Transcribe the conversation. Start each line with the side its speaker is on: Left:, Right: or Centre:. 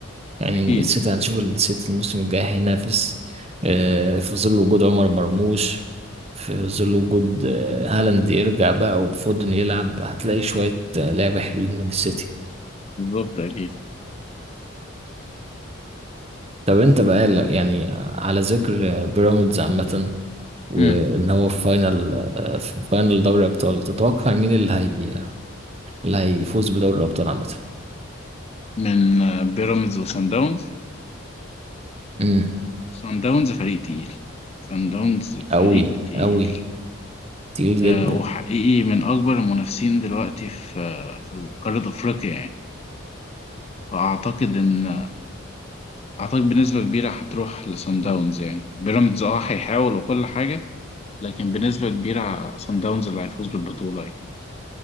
Right: يعني
Left: اكيد
Right: السيتي هنشوف السيتي الموسم الجاي هينافس آه، في ظل وجود عمر مرموش في ظل وجود آه، هالاند يرجع بقى وفودن يلعب هتلاقي شوية آه، لعبة حلوين من السيتي
Left: بالظبط اكيد
Right: طب انت بقى ل- يعني على ذكر آه، بيراميدز عامة وان
Left: مم.
Right: هو في فاينل آه، في فاينل دوري ابطال تتوقع مين اللي هي اللي هيفوز بدوري الابطال عامة؟
Left: من آه، بيراميدز وسان داونز
Right: امم
Left: سان داونز فريق تقيل سان داونز
Right: قوي
Left: فريق تقيل
Right: قوي تقيل
Left: آه
Right: جدا
Left: وحقيقي من اكبر المنافسين دلوقتي في آه، في قاره افريقيا يعني فاعتقد ان اعتقد بنسبه كبيره هتروح لسان داونز يعني بيراميدز اه هيحاول وكل حاجه لكن بنسبة كبيرة صن داونز اللي هيفوز بالبطولة يعني